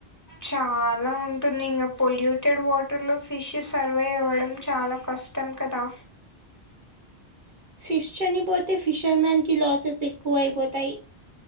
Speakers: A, on the left (about 15°); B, on the right (about 45°).
A: చాలా ఉంటుంది ఇంకా పొల్యూటెడ్ వాటర్ లో ఫిష్ సర్వైవ్ అవ్వడం చాలా క ష్టం కదా
B: ఫిష్ చనిపోతే ఫిషర్ మన్ కి లాసెస్ ఎక్కువ అయిపోతాయి